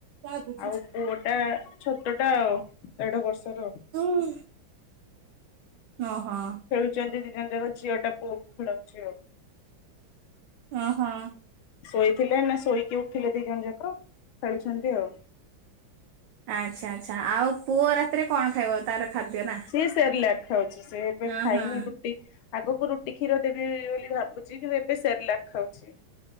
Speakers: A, on the right; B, on the left.
A: ଓହୋ
B: ଆଉ ପୁଅ ଟା ଛୋ ଛୋଟଟା ଆଉ ଦେଢ଼ ବର୍ଷର।
A: ହୁଁ। ଓହୋ।
B: ଅଛନ୍ତି ଦିଇ ଜଣ ଯାକ ଝିଅ ଟା ପୁଅକୁ ଖୋଳଉଛିି ଆଉ।
A: ଅହଁ।
B: ଶୋଇଥିଲେ ନା ଶୋଇକି ଉଠିଲେ ଦି ଜଣ ଯାକ ଖେଳୁଛନ୍ତି ଆଉ।
A: ଆଚ୍ଛା ଆଚ୍ଛା ଆଉ ପୁଅ ରାତିରେ କଣ ଖାଇବ ତାର ଖାଦ୍ୟ ନା
B: ସିଏ ସେରଲାକ ଖାଉଛି ସେ ଏବେ
A: ଅ
B: ଖାଇନି
A: ହଁ
B: ତ ଟି ଆଗକୁ ରୁଟି କ୍ଷୀର ଦେବି ବୋଲି ଭାବୁଛି କିନ୍ତୂ ଏବେ ସେରଲାକ ଖାଉଛି।